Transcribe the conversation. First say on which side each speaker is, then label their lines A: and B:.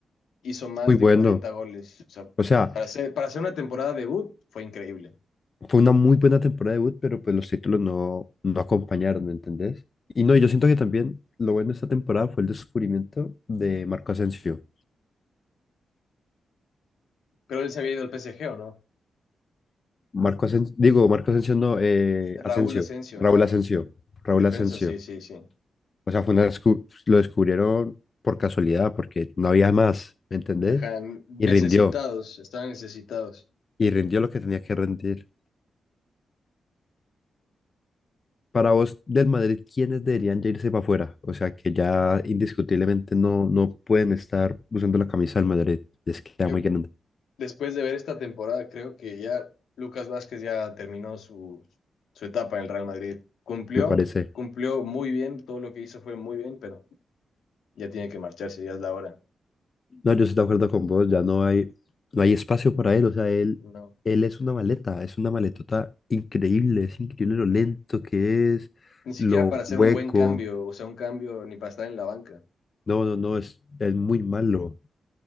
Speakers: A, on the left; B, on the left.
A: hizo más
B: muy bueno.
A: de 40 goles. O sea,
B: O sea,
A: para hacer, para hacer una temporada debut fue increíble.
B: fue una muy buena temporada de debut, pero pues los títulos no, no acompañaron, ¿entendés? Y no, yo siento que también lo bueno de esta temporada fue el descubrimiento de Marco Asensio.
A: Pero él se había ido al PSG, ¿o no?
B: Marco Asensio, digo, Marco Asensio no, eh,
A: Raúl
B: Asensio,
A: Asensio,
B: Raúl
A: ah,
B: Asensio, Raúl
A: el defensa,
B: Asensio.
A: sí, sí, sí.
B: O sea, fue una descu- lo descubrieron por casualidad, porque no había más, ¿me entendés?
A: Ajá, necesitados,
B: Y rindió,
A: estaban necesitados.
B: y rindió lo que tenía que rendir. Para vos, del Madrid, ¿quiénes deberían ya irse para afuera? O sea, que ya indiscutiblemente no, no pueden estar usando la camisa del Madrid. Les queda
A: Yo,
B: muy grande,
A: después de ver esta temporada, creo que ya Lucas Vázquez ya terminó su, su etapa en el Real Madrid. Cumplió,
B: me parece.
A: cumplió muy bien, todo lo que hizo fue muy bien, pero ya tiene que marcharse, ya es la hora.
B: No, yo estoy de acuerdo con vos, ya no hay, no hay espacio para él, o sea, él,
A: No.
B: él es una maleta, es una maletota increíble, es increíble lo lento que es,
A: Ni siquiera
B: lo
A: para hacer
B: hueco,
A: un buen cambio, o sea, un cambio ni para estar en la banca.
B: no, no, no, es, es muy malo,